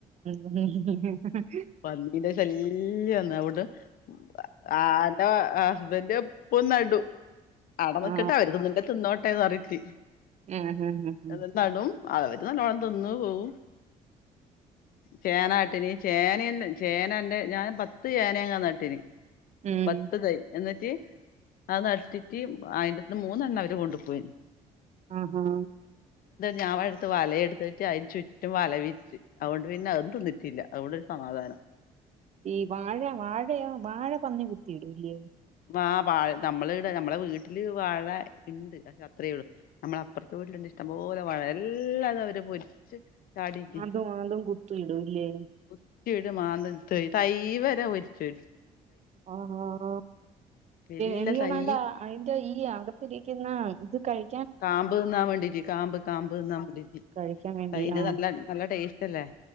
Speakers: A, on the right; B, on the left.
A: ഉഹ് ഹ് ഹ്
B: പന്നീന്റെ ശല്യ വന്ന അവിടെന്റെ ഹസ്ബൻഡ് പോയി നടും അട നക്കിട്ട്
A: ആ
B: അവർത് നിന്റെ തിന്നോട്ടെന്ന് അറിയിത്തി
A: ഉം ഉം ഉം
B: എ
A: ഉം
B: നടും ആളവര് നല്ലവണം തിന്നു പോവും ചേനാട്ടിന ചേനന്ന് ചേന എന്റെ ഞാൻ പത്ത് ചേനങ്ങാ നട്ടിന
A: ഉം
B: പത്ത്തൈ എന്നിട്ട അത് നട്ടിട്ട് ആയിന്റെത്ത് മൂന്നെണ്ണം അവര് കൊണ്ടു പോയിന്
A: ആഹ ആഹ
B: ഞാൻടുത്ത് വലയടുത്തിട്ട് അതിന് ചുറ്റും വല വിച്ച് അതൊണ്ട് <unintelligible> പിന്നെ അതും തിന്നിറ്റില്ല അതുകൊണ്ട് ഒരു സമാധാനം
A: ഈ വാഴ വാഴയോ വാഴ പന്നി കുത്തിയിടൂല്ലയോ
B: ആഹ് വാഴ നമ്മള് ഇവിടെ നമ്മടെ വീട്ടില് വാഴ ഉണ്ട് പക്ഷെ അത്രയേള്ളു നമ്മടെ അപ്പുറത്തെ വീട്ടിലുണ്ട് ഇഷ്ടംപോലെ വളരെല്ലാം അത അവര് പൊരിച്ച് ചാടിട്ട്
A: അതും അതും കുത്ത് ഇടുല്ലേ
B: കുത്തിട് മാന്തി ഇടും തൈ വരെ വച്ചു
A: ആഹ് <unintelligible>
B: വല്യ
A: എനി തന്ന
B: തൈ
A: അന്റെ അയിറെ ഈ ആകത്തിരിക്കുന്ന ഇത് കഴി
B: കാമ്പ് തിന്നാ വേണ്ടിട്ട് കാമ്പ് കാമ്പ് തിന്നാ വേണ്ടിട്ട്
A: കഴിക്കാൻ വേണ്ടി
B: അതിന്
A: ആ
B: നല്ല നല്ല ടേസ്റ്റ് അല്ലേ